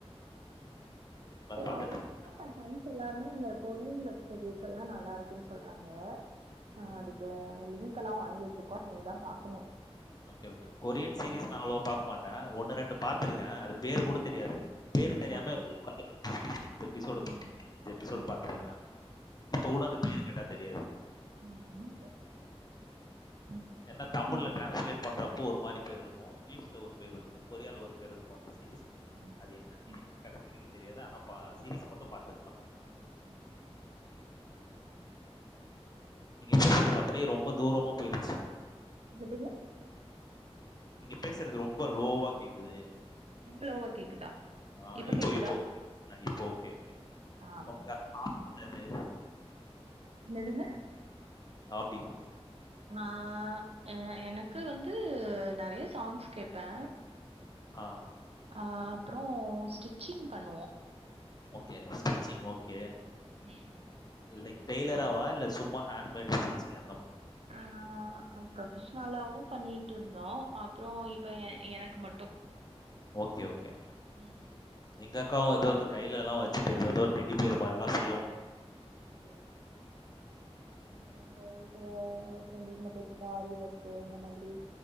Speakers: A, on the right; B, on the left.
A: <inaudible> இப்போ
B: பார்த்துட்டு
A: ரீசன்டா
B: இருப்பேன்.
A: எ ஃபிரண்ட்ஸ் எல்லாருமே இந்த கொரியன் வெப்சீரியல்ஸ் எல்லா நல்லாருக்குன் சொல் க்கறாங்க ஆ அதுக்கெல்லா
B: ம்.
A: <unintelligible> கல்லா வாங்கி வெச்சுருக்கோ இனி தா பாக்கணு
B: ஓகே ஓகே கொரியன் சீரிஸ்
A: ம்
B: நா அவ்ளோ பாக் மாட்ட ஒன்னு ரெண்டு பாத்துருக்கே அது பேர் கூட தெரியாது பேர் தெரியாம
A: ஆஹா.
B: <inaudible> எபிசோடு
A: ஆ.
B: <inaudible> எபிசோடு
A: ம்
B: பாத்துருக்கே
A: ம்
B: நானு இப்ப
A: ம்
B: கூட அது பேரு கேட்டா தெரியாது
A: ம் ம்
B: ஏனா தமிழ்ல
A: ம்
B: ஸ்லேட் பண்றப்போ ஒரு மாரி பேர் இருக்கு இங்லீஷ்ல ஒரு பேர் இருக்கு கொரியன்ல ஒரு <unintelligible>
A: ஆமா
B: அது என்னன்னு
A: ம்
B: கடைசி வரைக்கும் தெரியாது ஆனா பா சீரீஸ் மட்டு பாத்துருப்ப நா
A: ம் ம் ம்
B: நீங்க <unintelligible> அப்டியே ரொம்ப தூரமா போய்டுச்சி
A: எதுங்க
B: நீங்க பேசுறது ரொம்ப லோவா கேக்குது
A: ரொம்ப லோவா கேக்குதா
B: ஆ
A: இப்ப
B: இப்போ
A: கேக்குதா
B: இப்போ ஓகே. அ இப்போ ஓகே, ஓகே.
A: ஆ ம்
B: உங்க ஹாபி என்னது?
A: என்னதுங்க
B: பி
A: நா அ எனக்கு வந் து நறைய சாங்ஸ் கேப்ப
B: ஆ
A: ஆ அப்றோ ஸ்டிச்சிங் பண்ணுவோ
B: ஓகே ஸ்டிச்சிங் ஓகே
A: ம்
B: லைக் டெய்லராவ இல்ல சும்மா ஹேண்ட் மேட் ஸ்டிச்சிங்கா
A: ஆ ஃப்ரொபஷ்னலாவும் பண்ணிட் ட்ருந்தோ அப்றோ இப்ப எனக்கு மட்டு
B: ஓகே ஓகே
A: ம்
B: எங்க அக்காவு எதோ அந்த கைலலா வச் சிட்டு ஏதேதோ டெடி பியர் மாரிலா செய்யு
A: ஓ இங்க இப்ப ட்ரென்டிங்ல போயிட்டு இருக்க ஆரி ஒர்க்கு இந்த மாதிரி